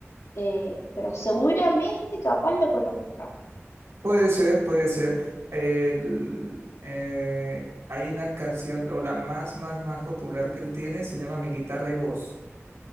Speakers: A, on the left; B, on the right.
A: Eh, pero seguramente capaz lo conozca.
B: Puede ser, puede ser. El- eh, hay una canción, o la más, más, más popular que él tiene, se llama Mi guitarra y voz.